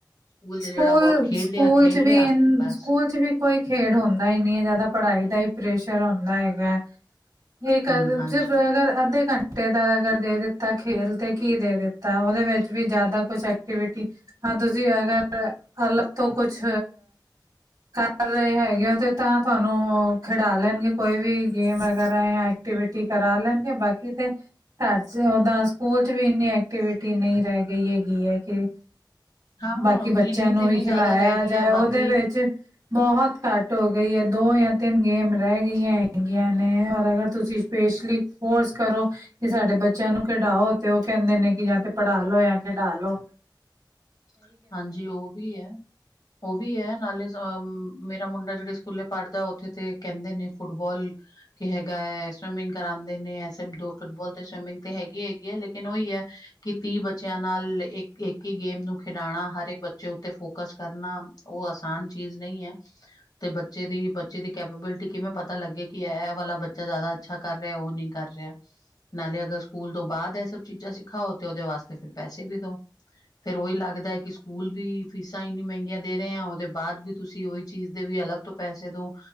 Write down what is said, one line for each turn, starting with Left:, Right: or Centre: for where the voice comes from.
Left: ਸਕੂਲ ਚ
Right: ਸਕੂਲ,
Left: ਜਿਹੜਾ ਬਹੁਤ ਖੇਡ
Right: ਸਕੂਲ
Left: ਲਿਆ ਖੇਡ
Right: ਚ
Left: ਲਿਆ
Right: ਵੀ ਈ
Left: ਬਸ
Right: ਸਕੂਲ ਚ ਵੀ ਕੋਈ ਖੇਡ ਹੁੰਦਾ ਹੀ ਨਹੀਂ ਇੰਨਾ ਦਾ ਪੜ੍ਹਾਈ ਦਾ ਹੀ ਪ੍ਰੇਸ਼ਰ ਹੁੰਦਾ ਹੈਗਾ। ਇਹ ਘਰ
Left: ਹਮ ਹਾਂਜੀ
Right: ਚ ਅੱਧੇ ਘੰਟੇ ਬੂਟੇ ਦਾ ਅਗਰ ਦੇ ਦਿੱਤਾ ਖੇਲ ਤੇ ਕੀ ਦੇ ਦਿੱਤਾ। ਉਹਦੇ ਵਿੱਚ ਵੀ ਜ਼ਿਆਦਾ ਕੁਛ ਐਕਟੀਵਿਟੀ। ਹਾਂ, ਤੁਸੀਂ ਅਗਰ ਅਲਗ ਤੋਂ ਕੁਛ। ਕਰ ਰਹੇ ਹੈਗੇ। ਉਹਦੇ ਤਾਂ ਤੁਹਾਨੂੰ ਖਿਡਾ ਲੈਣਗੇ ਕੋਈ ਵੀ ਗੇਮ ਵਗੈਰਾ ਜਾਂ ਆਟਿਮ ਐਕਟਿਵੀਟੀ ਕਰਾ ਲੈਣਗੇ। ਬਾਕੀ ਤੇ ਘਰ ਚ ਓਦਾਂ ਸਕੂਲ ਚ ਵੀ ਇਨੀ ਐਕਟੀਵਿਟੀ ਨਹੀਂ ਰਹੇ ਇਹੀ ਹੈਗੀ ਹੈ, ਕਿ
Left: ਹਾਂ
Right: ਬਾਕੀ ਬੱਚਿਆਂ
Left: ਇੰਨੀ
Right: ਨੂੰ
Left: ਤੇ ਇੰਨੀ
Right: ਵੀ ਖਿਲਾਇਆ
Left: ਜ਼ਿਆਦਾ ਰਹਿ ਗਈ
Right: ਜਾਏ,
Left: ਹੈ
Right: ਉਹਦੇ
Left: ਬਾਕੀ
Right: ਵਿੱਚ ਬਹੁਤ ਘੱਟ ਹੋ ਗਈ ਹੈ, ਦੋ ਜਾਂ ਤਿੰਨ ਗੇਮ ਰਹਿ ਗਈਆਂ ਹੈਗੀਆਂ ਨੇ, ਔਰ ਅਗਰ ਤੁਸੀਂ। ਫੋਰਸ ਕਰੋ, ਕਿ ਸਾਡੇ ਬੱਚਿਆਂ ਨੂੰ ਖਿਡਾਓ 'ਤੇ ਉਹ ਕਹਿੰਦੇ ਨੇ, ਕਿ ਜਾਂ ਤੇ ਪੜ੍ਹਾ ਲੋ ਜਾਂ ਖਿਡ ਹੈਲੋ,
Left: <inaudible> ਹਾਂਜੀ, ਉਹ ਵੀ ਹੈ, ਉਹ ਵੀ ਹੈ, ਨਾਲੇ ਅ ਮੇਰੇ ਮੁੰਡਾ ਜਿਹੜੇ ਸਕੂਲੇ ਪੜ੍ਹਦਾ ਉੱਥੇ ਤੇ ਕਹਿੰਦੇ ਨੇ ਫੁੱਟਬਲ ਤੇ ਹੈਗਾ ਏ ਸਵਿਮਿੰਗ ਕਰਾਦੇ ਨੇ, ਨਹੀਂ ਇਹ ਸਬ ਦੋ ਫੁੱਟਬਾਲ 'ਤੇ ਸਵਿਮਿੰਗ ਤੇ ਹੈਗੀ, ਹੈਗੀ ਏ ਲੇਕਿਨ- ਲੇਕਿਨ ਉਹੀ ਹੈ, ਕਿ ਤੀਹ ਬੱਚਿਆਂ ਨਾਲ ਇੱਕ-ਇੱਕ ਹੀ ਗੇਮ ਨੂੰ ਖਿਡਾਣਾ, ਹਰ ਇੱਕ ਬੱਚੇ ਉੱਤੇ ਫੋਕ ਫੋਕਸ ਕਰਨਾ ਉਹ, ਆਸਾਨ ਚੀਜ਼ ਨਹੀਂ ਹੈ, ਤੇ ਬੱਚੇ ਦੀ ਬੱਚੇ ਦੀ ਕੈਪੇਬਿਲਿਟੀ ਕਿਵੇਂ ਪਤਾ ਲੱਗੇ, ਕਿ ਇਹ ਵਾਲਾ ਬੱਚਾ ਜ਼ਿਆਦਾ ਅੱਛਾ ਕਰ ਰਿਹਾ, ਉਹ ਨਹੀ ਕਰ ਰਿਹਾ। ਨਾਲੇ ਅਗਰ ਸਕੂਲ ਤੋਂ ਬਾਅਦ ਇਹ ਸਭ ਚੀਜ਼ਾਂ ਸਿਖਾਓ, ਤੇ ਉਹਦੇ ਵਾਸਤੇ ਫਿਰ ਪੈਸੇ ਵੀ ਦਉ, ਫੇਰ ਉਹੀ ਲੱਗਦਾ ਹੈ, ਕਿ ਸਕੂਲ ਵੀ ਫੀਸਾਂ ਇੰਨੀ ਮਹਿੰਗੀਆਂ ਦੇ ਰਹੇ ਆ, ਉਹਦੇ ਬਾਅਦ ਵੀ ਤੁਸੀਂ ਉਹੀ ਚੀਜ਼ ਦੇ ਵੀ ਅਲੱਗ ਤੋਂ ਪੈਸੇ ਦੋ